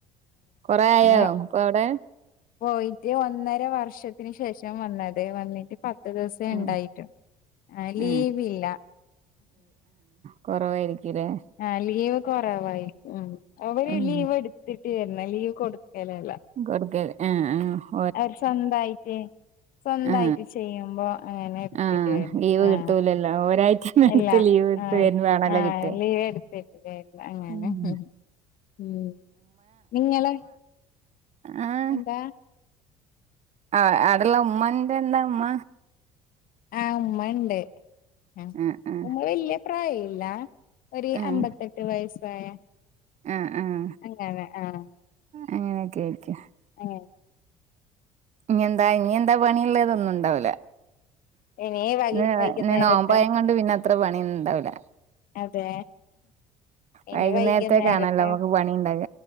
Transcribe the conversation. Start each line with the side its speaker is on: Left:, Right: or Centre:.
Right: കൊറേ ആയോ,
Left: ഏഹ്
Right: ഇപ്പൊ അവ്ടെ?
Left: പോയിട്ട് ഒന്നര വർഷത്തിന് ശേഷം വന്നത്‌, വന്നിട്ട് പത്ത് ദിവ്സേ
Right: ആ
Left: ഇണ്ടായിട്ടു. ആഹ് ലീവ്
Right: ആ
Left: ല്ല.
Right: കൊറവായിരിക്കുലേ
Left: ആഹ് ലീവ് കൊറവായിരിക്കും. ഉം. അവര്
Right: ഉം
Left: ലീവ് എടുത്തിട്ട് വര്ന, ലീവ് കൊടുക്കലല്ല.
Right: കൊടുക്കൽ ഏഹ് ആഹ്
Left: അവര് സ്വന്തായിറ്റ് സ്വന്തായിട്ട്
Right: ആ
Left: ചെയ്യുമ്പോ അങ്ങനെ ഇട്ത്തിട്ട്
Right: ആ
Left: വെരും.
Right: ലീവ്
Left: ആഹ്
Right: കിട്ടൂലല്ലോ ഒരാഴ്ചന്റെ അടുത്ത്
Left: ഇല്ല
Right: ലീവ് എടുത്ത്
Left: ആഹ്
Right: വേണല്ലോ
Left: ആഹ്
Right: കിട്ട
Left: ലീവെടു തെറ്റിലല്ല അങ്ങനെ
Right: ഉം
Left: ഉം നിങ്ങളെ
Right: ആഹ്
Left: എന്താ
Right: ആഹ് അടെള്ള ഉമ്മന്റെ എന്താ ഉമ്മ
Left: ആഹ് ഉമ്മണ്ട് ആഹ്
Right: ആ ആ
Left: ഉമ്മ വെല്ല്യ പ്രായല്ല ഒര്
Right: ആ
Left: അമ്പത്തെട്ട് വയസ്സായ
Right: ആഹ് ആഹ്
Left: അങ്ങെനെ ആഹ്
Right: അങ്ങനെയൊക്കെ ആയിരിക്കും
Left: അങ്ങ
Right: ഇഞ്ഞെന്താ ഇഞ്ഞെന്താ പണിള്ളെ തൊന്നുണ്ടാവുല
Left: ഇനി വൈ
Right: ന്
Left: വൈകുന്നേരത്തെ
Right: ഇന്ന് നോമ്പായ്ങ്ങൊണ്ട് പിന്നെ അത്ര പണിന്ന്ണ്ടാവ്ല
Left: അതെ ഇനി
Right: വൈകുന്നേരത്തേക്കാണല്ലോ
Left: വൈകുന്നേരത്ത
Right: നമുക്ക് പണി ഉണ്ടാക